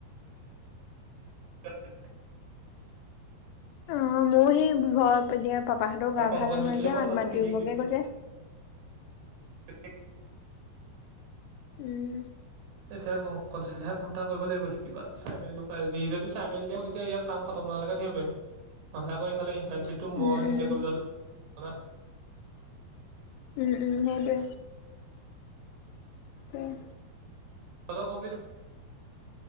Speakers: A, on the right (about 80°); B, on the left (about 90°).
A: <unintelligible>
B: অঁ' মোৰ সেই ঘৰত এতিয়া পাপাহঁতৰ গা
A: কংকনজ্যোতিৰ
B: ভাল নহয়
A: লগত
B: যে মাত
A: পাতো
B: মাটি
A: সি
B: ৰোবগে কৈছে।
A: তাকে।
B: উম।
A: এই এতিয়া ক কাহে ফোন এটা কৰিব লাগিব শিকিবা চাই মেলি ন পাই সি যদি চাই মেলি দিওঁ তেতিয়া ইয়াক কাম খতম নহ'লেকে থাকিব পাৰিম নহ'লে আকৌ ইফালে ইণ্টাৰ্ণশ্বিপটো মই
B: উম উম
A: নিজে কৰিবলৈ হ'ল
B: উম উম সেইটোৱে। উম।
A: সিহঁতৰ কমপ্লিত